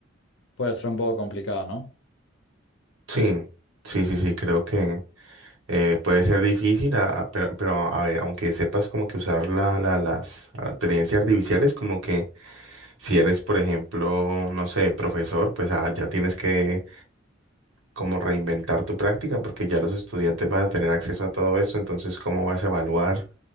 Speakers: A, on the left (about 65°); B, on the right (about 85°).
A: puede ser un poco complicado, ¿no?
B: Sí, sí, sí, sí, creo que... Eh, puede ser difícil, a- a- pero, pero a ver, aunque sepas como que usar la, la- las inteligencias artificiales, como que si eres, por ejemplo, no sé, profesor, pues ah, ya tienes que como reinventar tu práctica porque ya los estudiantes van a tener acceso a todo eso, entonces ¿cómo vas a evaluar?